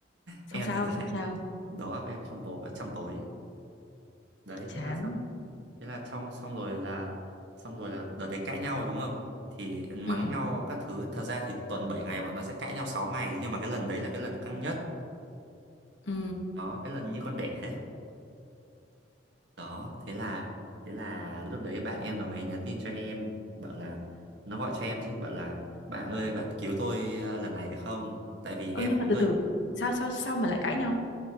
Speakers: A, on the left; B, on the right.
A: xong
B: em
A: sao
B: thật ra
A: xong sao
B: đầu óc em trong tối trong tối đấy
A: chán
B: thế là xong thế là xong xong rồi là xong rồi là đợt đấy cãi nhau rồi đúng không thì mắng
A: ừ
B: nhau các thứ thật ra thì tuần 7 ngày bọn nó sẽ cãi nhau sáu ngày nhưng mà cái lần đấy là cái lần căng nhất
A: ừ
B: đó cái lần như con đẻ đấy đó thế là thế là lúc đấy bạn em nó mới nhắn tin cho em bảo là nó gọi cho em chứ bảo là bạn ơi bạn cứu tôi à, lần này được không tại vì
A: ơ
B: em
A: nhưng mà từ
B: tôi
A: từ sao sao sao mà lại cãi nhau